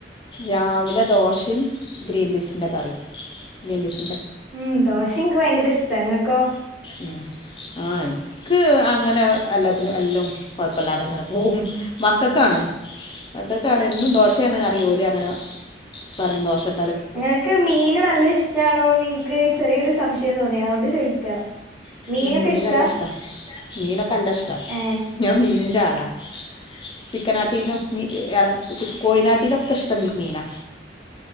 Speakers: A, on the left; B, in the centre.
A: രാവിലെ ദോഷിം ഗ്രീൻ ബീസിൻ്റെ കറിം ഗ്രീൻപീസ്
B: ഉം ദോശ ഇൻക്ക് ഭയങ്കര ഇസ്താ ഇങ്ങക്കോ
A: ഉം ആയ് ക്ക് അങ്ങനെ എല്ലാത്തിനും എല്ലാം കൊഴപ്പല്ലാതെ അങ്ങനെ പോവും മക്കൊക്കാണ് മക്കക്കാണ് എന്നും ദോശയാണ് അറിയൂ അങ്ങനെ പറയും ദോഷ-
B: ങ്ങൾക്ക് മീന് നല്ല ഇഷ്ടമാണോന്ന് ന്ക് ചെറിയൊരു സംശയം തോന്നി അതുകൊണ്ട് ചോയിക്കാ മീനൊക്കെ
A: ഉം മീനല്ലഷ്ടം
B: ഇഷ്ടാ
A: മീനൊക്കെ നല്ല ഇഷ്ട
B: ഏ
A: ഞാൻ മീനിന്റെ ആളാ ചിക്കനാട്ടിയിലും മീ കോയിനാട്ടിയിലൊക്കെ ഇഷ്ടം മീനാ